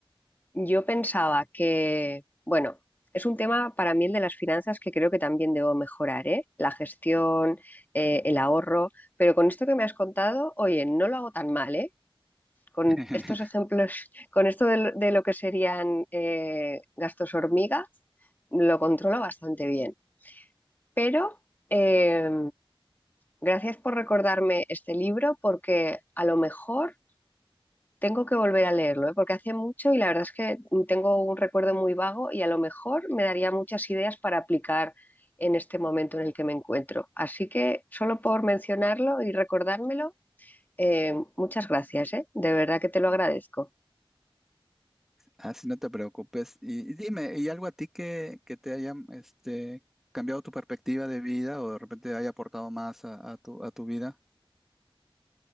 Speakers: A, on the left; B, in the centre.
A: Yo pensaba que, bueno, es un tema para mí el de las finanzas que creo que también debo mejorar, ¿eh? La gestión, eh, el ahorro, pero con esto que me has contado, oye, no lo hago tan mal, ¿eh? Con
B: <laughs>
A: estos ejemplos, <laughs> con esto de, lo de lo que serían eh, gastos hormiga, lo controlo bastante bien. Pero eh, gracias por recordarme este libro porque a lo mejor tengo que volver a leerlo, ¿eh? Porque hace mucho y la verdad es que tengo un recuerdo muy vago y a lo mejor me daría muchas ideas para aplicar en este momento en el que me encuentro. Así que solo por mencionarlo y recordármelo, eh, muchas gracias, ¿eh? De verdad que te lo agradezco.
B: Así no te preocupes. Y, y dime, ¿y algo a ti que, que te haya este, cambiado tu perspectiva de vida o de repente haya aportado más a, a tu, a tu vida?